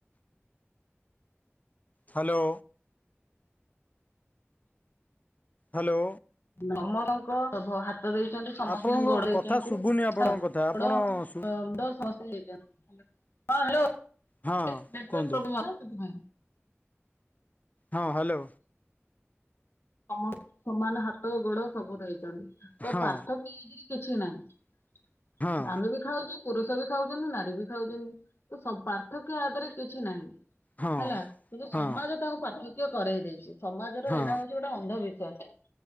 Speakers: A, on the left; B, on the left.
A: ହାଲୋ। ହାଲୋ।
B: ସମସ୍ତଙ୍କ ଭ ହାତ ଦେଇଚନ୍ତି ସମସ୍ତିଙ୍କି
A: ଆପଣଙ୍କ
B: ଗୋଡ଼ ହେଇଚନ୍ତି
A: କଥା ଶୁଭୁନି ଆପଣଙ୍କ
B: ହାତ
A: କଥା
B: ଗୋଡ଼
A: ଆପଣ
B: ଅ
A: ଶୁ
B: ମୁଣ୍ଡ ସମସ୍ତିଙ୍କି ଦେଇଚନ୍ତି। ହଁ ହାଲୋ ଏଇଠି
A: ହଁ
B: ଟିକେ ନେଟୱର୍କ
A: କୁହନ୍ତୁ
B: ପ୍ରୋବ୍ଲେମ ଅଛି ତ ସେଥିପାଇଁ।
A: ହଁ ହାଲୋ।
B: ସମସ୍ତ ସମାନ ହାତ ଗୋଡ଼ ସବୁ ଦେଇଚନ୍ତି ତ
A: ହଁ
B: ପାର୍ଥକ୍ କିଣାକିଣି କିଛି ନାଇଁ
A: ହଁ
B: ଆମେ ବି ଖାଉଚୁ ପୁରୁଷ ବି ଖାଉଚନ୍ତି ନାରୀ ବି ଖାଉଚନ୍ତି ତ ସବ ପାର୍ଥକ୍ୟ ଆ ଦେହରେ କିଛି ନାଇଁ।
A: ହଁ
B: ହେଲା କିନ୍ତୁ ସମାଜ
A: ହଁ
B: ତାଙ୍କୁ ପାର୍ଥକ୍ୟ କରେଇ ଦେଇଚି ସମାଜର
A: ହଁ
B: ଏଇଟା ହଉଚ ଟ ଅନ୍ଧବିଶ୍ୱାସ